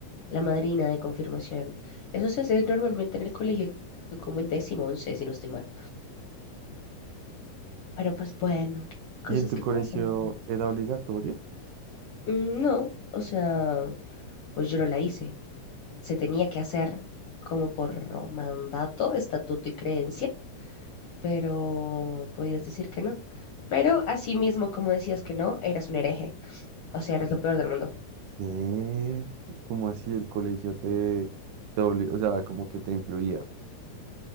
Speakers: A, on the left (about 75°); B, on the right (about 80°).
A: la madrina de confirmación. Eso se hace normalmente en el colegio, como en décimo, once, si no estoy mal. Pero pues bueno, cosas
B: ¿Y en tu
A: que
B: colegio
A: pasan. ¿no?
B: era obligatorio?
A: Mm, no, o sea, pues yo no la hice. se tenía que hacer como por mandato, estatuto y creencia, pero podías decir que no. Pero así mismo, como decías que no, eras un hereje, o sea, eras lo peor del mundo.
B: ¿Qué? ¿Cómo así el colegio te, te obli- o sea, como que te influía?